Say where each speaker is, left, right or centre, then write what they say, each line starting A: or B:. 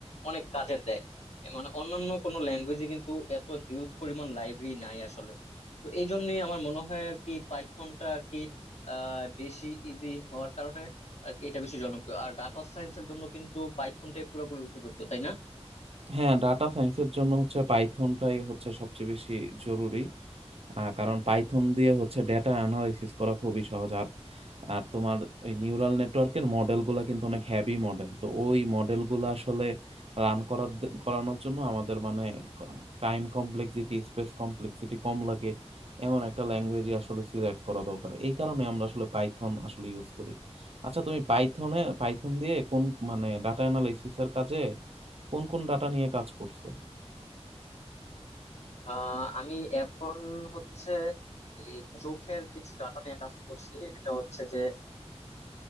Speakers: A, on the left (about 80°); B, on the right (about 60°).
A: অনেক কাজের দেয় এ মানে অন্যান্য কোনো ল্যাঙ্গুয়েজে কিন্তু এত হিউজ পরিমাণ লাইব্রেরি নাই আসলে তো এই জন্যই আমার মনে হয় আর কি পাইথনটা আর কি আহ বেশি ইজি হওয়ার কারণে আর কি এটা বেশি জনপ্রিয় আর ডাটা সায়েন্সের জন্য কিন্তু পাইথনটাই পুরোপুরি উপযুক্ত তাই না
B: হ্যাঁ ডাটা সায়েন্সের জন্য হচ্ছে পাইথনটাই হচ্ছে সবচেয়ে বেশি জরুরি আহ, কারণ পাইথন দিয়ে হচ্ছে ডেটা অ্যানালাইসিস করা খুবই সহজ আর আর তোমার ওই নিউরাল নেটওয়ার্কের মডেল গুলা কিন্তু অনেক হ্যাভি মডেল তো ওই মডেল গুলা আসলে রান করার দ- করানোর জন্য আমাদের মানে টাইম কমপ্লেক্সিটি স্পেস কমপ্লেক্সিটি কম লাগে এমন একটা ল্যাঙ্গুয়েজই আসলে সিলেক্ট করা দরকার এই কারণে আমরা আসলে পাইথন আসলে ইউজ করি আচ্ছা তুমি পাইথনে পাইথন দিয়ে কোন মানে ডাটা অ্যানালাইসিস এর কাজে কোন কোন ডাটা নিয়ে কাজ করছো
A: আহ আমি এখন হচ্ছে এই চোখের কিছু ডাটা নিয়ে কাজ করছি এটা হচ্ছে যে